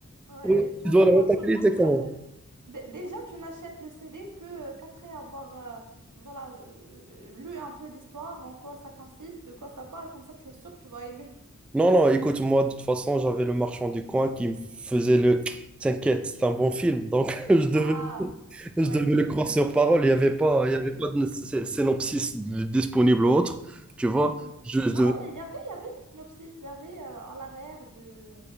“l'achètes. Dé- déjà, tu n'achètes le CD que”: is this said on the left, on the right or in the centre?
Right